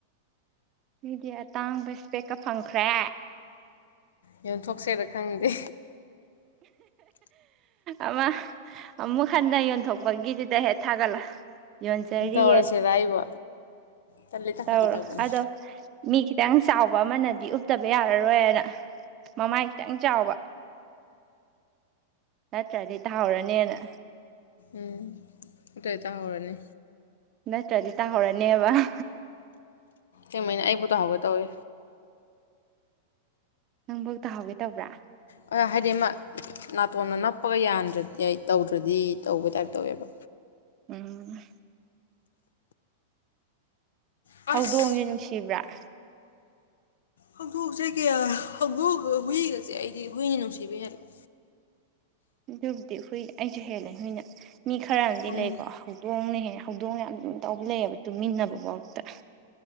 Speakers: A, on the right (about 40°); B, on the left (about 70°).
A: ꯑꯩꯗꯤ ꯑꯇꯥꯡꯕ ꯏꯁꯄꯦꯛꯀ ꯐꯪꯈ꯭ꯔꯦ
B: ꯌꯣꯟꯊꯣꯛꯁꯦꯔ ꯈꯪꯗꯦ
A: ꯑꯃ ꯑꯃꯨꯛ ꯍꯟꯅ ꯌꯣꯟꯊꯣꯛꯄꯒꯤꯗꯨꯗ ꯍꯦꯛ ꯊꯥꯒꯠꯂ ꯌꯣꯟꯖꯔꯤ
B: ꯇꯧꯔꯁꯤꯔ ꯑꯩꯕꯨ ꯇꯜꯂꯤꯗ
A: ꯇꯧꯔꯣ
B: ꯐꯥꯒꯤ ꯇꯧꯕꯅꯤ
A: ꯑꯗꯣ ꯃꯤ ꯈꯤꯇꯪ ꯆꯥꯎꯕ ꯑꯃꯅꯗꯤ ꯎꯞꯇꯕ ꯌꯥꯔꯔꯣꯏꯅ ꯃꯃꯥꯏ ꯈꯤꯇꯪ ꯆꯥꯎꯕ ꯅꯠꯇ꯭ꯔꯗꯤ ꯇꯥꯍꯧꯔꯅꯦꯅ
B: ꯎꯝ ꯑꯇꯩ ꯇꯥꯍꯧꯔꯅꯤ
A: ꯅꯠꯇ꯭ꯔꯗꯤ ꯇꯥꯍꯧꯔꯅꯦꯕ ꯑ
B: ꯀꯩꯃꯥꯏꯅ ꯑꯩꯕꯨ ꯇꯧꯍꯧꯒ ꯇꯧꯏ
A: ꯅꯪꯕ ꯇ ꯍꯥꯎꯒꯦ ꯇꯕ꯭ꯔꯥ
B: ꯑ ꯍꯥꯏꯗꯤ ꯑꯃ ꯅꯥꯇꯣꯟꯅ ꯅꯞꯄꯒ ꯌꯥꯟꯗ꯭ꯔꯗꯤ ꯑꯩ ꯇꯧꯗ꯭ꯔꯗꯤ ꯇꯧꯕ ꯇꯥꯏꯞ ꯇꯧꯋꯦꯕ
A: ꯎꯝ
B: ꯑꯁ
A: ꯍꯧꯗꯣꯡꯁꯦ ꯅꯨꯡꯁꯤꯕ꯭ꯔꯥ ꯫
B: ꯍꯧꯗꯣꯛꯁꯦ ꯀꯌꯥ ꯍꯧꯗꯣꯡꯒ ꯍꯨꯏꯒꯁꯦ ꯑꯩꯗꯤ ꯍꯨꯏꯅ ꯅꯨꯡꯁꯤꯕ ꯍꯦꯜꯂꯦ
A: ꯑꯗꯨꯕꯨꯗꯤ ꯍꯨꯏ ꯑꯩꯁꯨ ꯍꯦꯜꯂꯦꯍꯨꯏꯅ ꯃꯤ ꯈꯔ ꯑꯃꯗꯤ
B: ꯍꯪ
A: ꯂꯩꯀꯣ ꯍꯧꯗꯣꯡꯅꯍꯦ ꯍꯧꯗꯣꯡ ꯌꯥꯝ ꯂꯨꯅ ꯇꯧꯕ ꯂꯩꯌꯦꯕ ꯇꯨꯃꯤꯟꯅꯕꯕꯥꯛꯇ